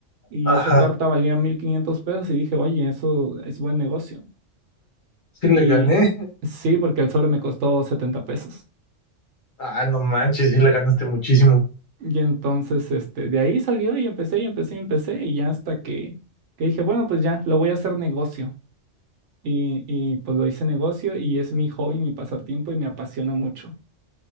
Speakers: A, on the right (about 75°); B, on the left (about 50°).
A: y
B: ajá.
A: esa carta valía 1500 pesos y dije, oye, eso es buen negocio.
B: Sí le
A: Y
B: gané.
A: sí, porque el sobre me costó 70 pesos.
B: Ah, no manches, sí le ganaste muchísimo.
A: Y entonces, este, de ahí salió y empecé y empecé y empecé y ya hasta que, que dije, bueno, pues ya, lo voy a hacer negocio. Y, y pues lo hice negocio y es mi hobby, mi pasatiempo y me apasiona mucho.